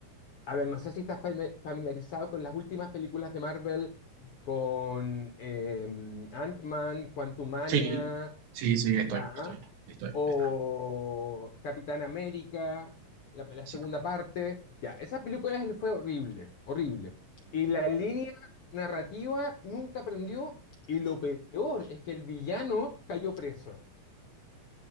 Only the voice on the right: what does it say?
Sí, sí, sí, estoy,
estoy, estoy,
estoy.
Sí.